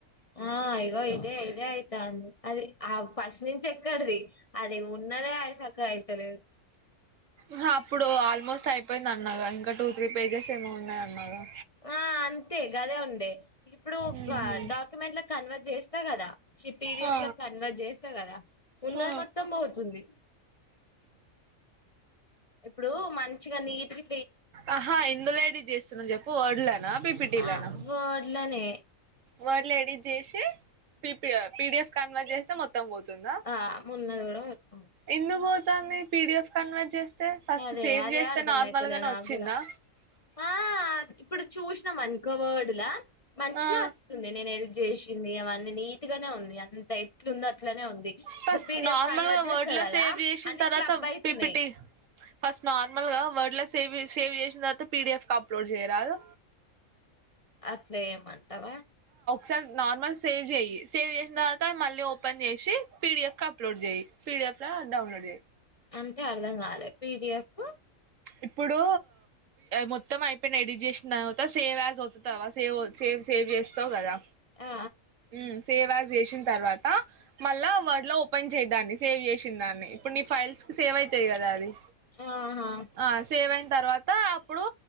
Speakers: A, on the left; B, on the right.
A: ఆ ఇగో ఇదే ఇదే అయితాంది అది ఆ ఫస్ట్ నుంచి ఎక్కడది అదే ఉన్నదే ఆయసకగా అయితలేదు
B: ఆ అప్పుడు ఆల్మోస్ట్ అయిపోయింది అన్నవ్ గా ఇంకా టూ త్రీ పేజెస్ ఏమో ఉన్నాయి అన్నవ్ గా
A: ఆ అంతే గదే ఉంది ఇప్పుడు
B: ఉహు.
A: ఆ డాక్యుమెంట్ల కన్వర్ట్ చేస్తా కదా చీ పిడిఎఫ్
B: ఆ,
A: ల కన్వర్ట్ చేస్తా కదా ఉన్నది
B: ఆ.
A: మొత్తం పోతుంది <unintelligible> ఇప్పుడు మంచిగా నీటిగా
B: ఆహా ఇందులేడ చేస్తున్నా చెప్పు ఓడ్లనా పిపిటీలనా
A: ఆ వర్డ్లనే
B: వర్డ్ ల ఎడిట్చేసి పి పి పిడిఎఫ్ కన్వర్ట్ చేసి మొత్తం మొత్తం పోతుందా
A: ఆ ఉన్నది కూడా పోతాంది
B: ఎందుకు పోతాంది పివిస్ కన్వర్ట్ చేస్త తే ఫస్ట్
A: అదే
B: సేవ్
A: అదే
B: చేస్తే
A: అర్థమైతలే
B: నార్మల్ గానే
A: నాకు
B: వచ్చిందా
A: కూడా ఆ ఇప్పుడు చూసినం అనుకో వర్డులా మంచిన
B: ఆ
A: వస్తుంది నేను ఎ చేసింది అవని నీట్ గానే ఉంది అంత ఎట్లు ఉంది అట్లనే ఉంది
B: ఫస్ట్
A: ఇక పీడిఎఫ్
B: నార్మల్
A: కన్వర్ట్
B: గా
A: చేస్తా
B: వర్డ్ లో
A: కదా
B: సేవ్ చేసిన
A: అని
B: తర్వాత
A: క్లబ్ అయితున్నాయి
B: పిపిటి ఫస్ట్ నార్మల్ గా వర్డ్ లో సేవ్ సేవ్ చేసి దాని తర్వాత పిడిఎఫ్ అప్లోడ్ చేయరాదు
A: అట్లే ఎమ్ అంటావా
B: స నార్మల్ సేవ్ చేయి సేవ్ చేసిన తర్వాత మళ్ళీ ఓపెన్ చేసి పిడిఎఫ్ కి అప్లోడ్ చేయి చేస్తా డౌన్లోడ్ చేయి
A: అంటే అర్ధం కాలే పిడిఎఫ్
B: ఇప్పుడు మొత్తం అయిపోయిన ఎడిట్ చేసిన తర్వాత సేవ్ యాజ్ ఒత్తుతవ సేవ్ సేవ్ సేవ్ చేస్తావ్ కదా
A: ఆ
B: ఉమ్ సేవ్ యాజ్ చేసిన తర్వాతా మళ్ళా వర్డ్లో ఓపెన్ చేయేదాన్ని సేవ్ చేసిన దాన్ని ఇప్పుడు నీ ఫైల్స్ సేవ్ తాయి కదా అది
A: ఆహా
B: ఆ సేవ్ అయిన తర్వాత అప్పుడు